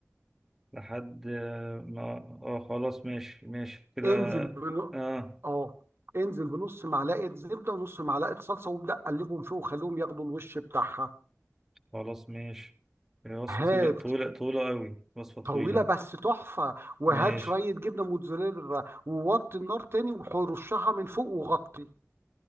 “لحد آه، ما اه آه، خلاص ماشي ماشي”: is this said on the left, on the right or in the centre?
Centre